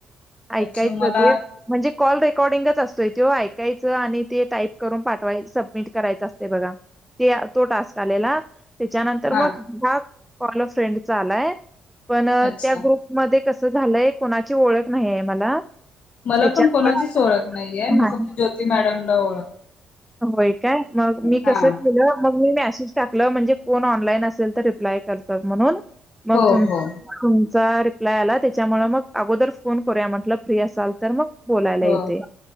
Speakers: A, in the centre; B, on the left.
A: ऐकायचं
B: अच्छा मला
A: ते म्हणजे <unintelligible> कॉल रेकॉर्डिंगच असतोय तो ऐकायच आणि ते टाईप करून पाठवाय सबमिट करायचं असते बघा ते तो टास्क आलेला त्याच्यानंतर
B: हा
A: मग कॉल अ फ्रेंडचा आलाय पण
B: अच्छा
A: त्या ग्रुपमध्ये कस झालंय कोणाची ओळख नाहीय मला
B: मला
A: त्याच्यामुळे
B: पण कोणाचीच ओळख नाहीये मी फक्त ज्योती मॅडम हो
A: होय काय मग मी.
B: हा
A: कस केलं मग मी नाही मेसेज टाकला म्हणजे कोण ऑनलाईन असेल तर रिप्लाय करतात म्हणून मग
B: हो
A: तुम तुमचा
B: हो
A: रिप्लाय आला त्याच्यामु मग अगोदर फोन करूया म्हटलं फ्री असाल तर मग बोलायला
B: हो
A: येते.